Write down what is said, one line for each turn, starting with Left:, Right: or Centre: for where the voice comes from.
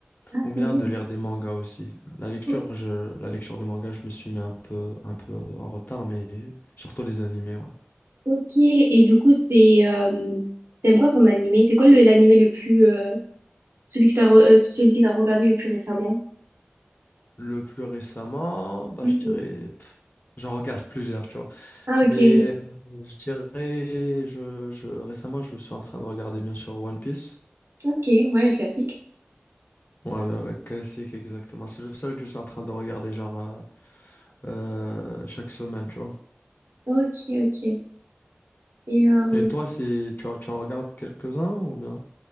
Right: Ah,
Left: ou bien
Right: c'est vrai.
Left: de lire des mangas aussi. La lecture,
Right: O-
Left: je, la lecture de mangas, je me suis mis un peu, un peu en retard, mais surtout les animés, ouais.
Right: Ok, et du coup, c'est euh, t'aimes quoi comme animé? C'est quoi le- l'animé le plus euh, celui que t'as re- euh, celui que t'as regardé le plus récemment?
Left: Le plus récemment, bah,
Right: Mhm.
Left: je dirais, pff, j'en regarde plusieurs, tu vois.
Right: Ah ok,
Left: Mais
Right: oui.
Left: euh, je dirais, je, je, récemment, je suis en train de regarder bien sûr One Piece.
Right: Ok, ouais, le classique.
Left: Ouais, ben, le classique, exactement. C'est le seul que je suis en train de regarder, genre, euh, euh, chaque semaine, tu vois.
Right: Ok, ok. Et euh,
Left: Et toi, c'est, tu, en- tu en regardes quelques-uns ou bien?